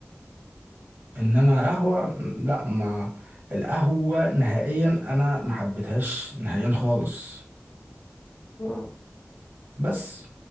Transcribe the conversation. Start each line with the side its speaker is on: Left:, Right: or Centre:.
Right: انما قهوه
Left: أو حاجة
Right: م-
Left: غريبة
Right: لا ما القهوه نهائيا انا ما حبيتهاش نهائيا خالص
Left: اه
Right: بس